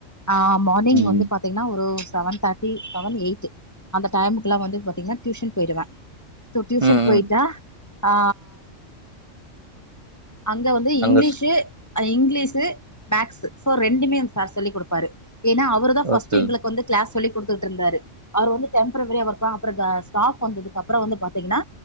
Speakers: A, on the left; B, on the right.
A: ஆ மானிங்
B: ம்.
A: வந்து பாத்தீங்கன்னா ஒரு செவன் தேர்ட்டி செவன் எயிட் அந்த டைமுக்குல்லாம் வந்து பாத்தீங்கன்னா டியூஷன் போய்டுவ டியூஷன்
B: ம்,
A: போயிட்டா
B: ம்.
A: ஆ அங்க வந்து
B: அங்க
A: இங்கிலீஷு
B: ஸ்
A: அது இங்கிலீஷு மேக்ஸ்சு சோ ரெண்டுமே சார் சொல்லி குடுப்பாரு ஏன்னா அவரு தா ஃபர்ஸ்ட்
B: ஓகே.
A: எங்ளுக் வந்து க்ளாஸ் சொல்லி குடுத்துட்டுருந்தாரு அவரு வந்து டெம்ப்ரவரி அவர் தா அப்றம் ஸ்டாப் வந்ததுக்கப்றம் வந்து பாத்தீங்கன்னா